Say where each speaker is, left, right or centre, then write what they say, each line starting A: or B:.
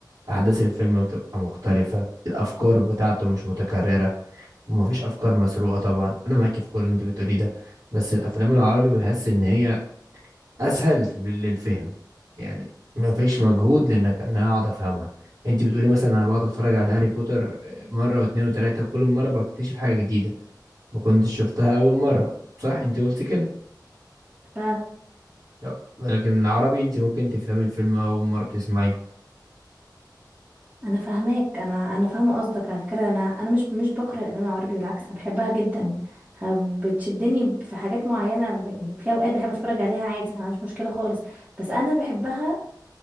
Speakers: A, on the right; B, on the right.
A: احداث الفيلم بتبقى مختلفه الافكار بتاعته مش متكرره ومفيش افكار مسروقه طبعا انا معاكي في كل اللي انت بتقوليه ده بس الافلام العربي بحس ان هي اسهل لل- للفهم يعني ما فيش مجهود لانك ان انا اقعد افهمها انت بتقولي مثلا انا بقعد اتفرج على هاري بوتر آه، مره واثنين وثلاثه وكل مره بكتشف حاجه جديده ما كنتش شفتها اول مره صح انت قلتي كده
B: فعلا
A: لا، لكن العربي انت ممكن تفهمي الفيلم اول مره بتسمعيه
B: انا فاهماك انا انا فاهمه قصدك على فكره انا انا مش مش بكره الافلام العربي بالعكس انا بحبها جدا ه- بتشدني في حاجات معينه م- يعني في اوقات بحب اتفرج عليها عادي انا مش مشكله خالص بس انا بحبها